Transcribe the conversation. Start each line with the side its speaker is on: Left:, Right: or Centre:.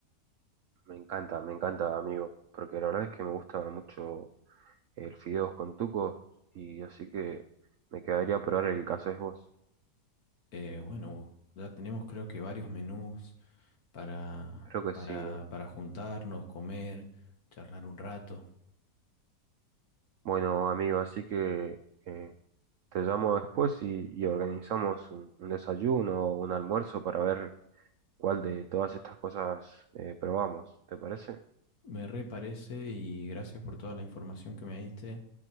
Right: Me encanta, me encanta, amigo, porque la verdad es que me gusta mucho el Fideos con Tuco, y así que me quedaría a probar el caso es vos.
Left: Eh, bueno, ya tenemos creo que varios menús para,
Right: Creo que
Left: para,
Right: sí. eh.
Left: para juntarnos, comer, charlar un rato.
Right: Bueno, amigo, así que eh, te llamo después y, y organizamos un, un desayuno o un almuerzo para ver cuál de todas estas cosas eh, probamos. ¿Te parece?
Left: Me re parece y gracias por toda la información que me diste.